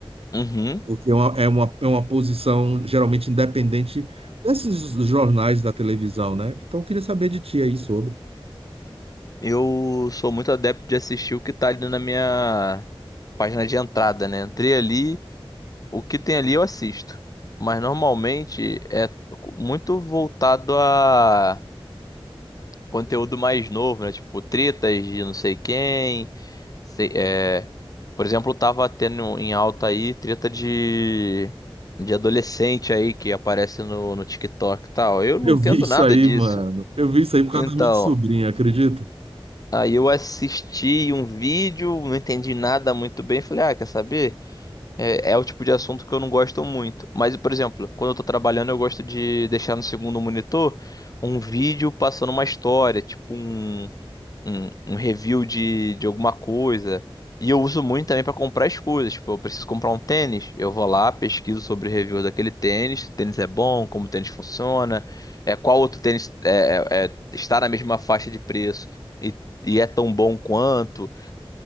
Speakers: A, on the left; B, on the right.
A: uhum.
B: Porque é uma, é uma, é uma posição geralmente independente desses jornais da televisão, né? Então, eu queria saber de ti aí sobre.
A: Eu sou muito adepto de assistir o que tá ali na minha página de entrada, né? Entrei ali, o que tem ali eu assisto. Mas normalmente é muito voltado a conteúdo mais novo, né? Tipo, tretas de não sei quem. sei- é, Por exemplo, tava tendo em alta aí treta de. De adolescente aí que aparece no, no TikTok e tal. Eu
B: Eu
A: não entendo
B: vi isso
A: nada
B: aí,
A: disso.
B: mano. Eu vi isso aí por causa
A: Então,
B: da minha sobrinha, acredita?
A: aí eu assisti um vídeo, não entendi nada muito bem. Falei, ah, quer saber? É, é o tipo de assunto que eu não gosto muito. Mas, por exemplo, quando eu tô trabalhando, eu gosto de deixar no segundo monitor um vídeo passando uma história, tipo um um, um review de, de alguma coisa. E eu uso muito também para comprar as coisas. Tipo, eu preciso comprar um tênis, eu vou lá, pesquiso sobre o review daquele tênis, se o tênis é bom, como o tênis funciona, é, qual outro tênis é, é- é- está na mesma faixa de preço e, e é tão bom quanto.